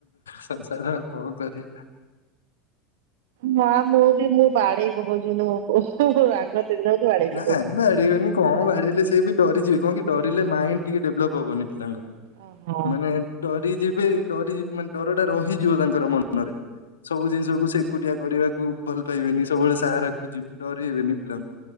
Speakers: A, on the left (about 75°); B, on the right (about 60°).
A: ସଂସାର ଆଉ କଣ କରିବା।
B: ମା ମୁଁ ବି ମୁଁ ବାଡେଇ ପକଉଛି ମୋ ପୁଅକୁ ରାଗ ଚିଡିଲା ବେଳକୁ ବାଡେଇ ପକଉଛି।
A: ନାଇଁ ବାଡେଇବେନି କଣ ବାଡିଲେ ସେ ବି ଡରି ଯିବେ କଣ କି ଡରିଲେ ମାଇଣ୍ଡ ଟିକେ ଡେଭଲପ ହବନି ପିଲାଙ୍କର।
B: ଓହୋ
A: ମାନେ ଡରିଯିବେ ଡରି ମାନେ ଡରଟା ରହିଯିବ ତାଙ୍କର ମନ ରେ। ସବୁ ଜିନିଷକୁ ସେ ଏକୁଟିିଆ କରିବାକୁ ଭଲ ପାଇବେନି ସବୁବେଳେ ସାହାରା ଖୋଜିବେ ଡରିବେନି। ପିଲାଙ୍କୁ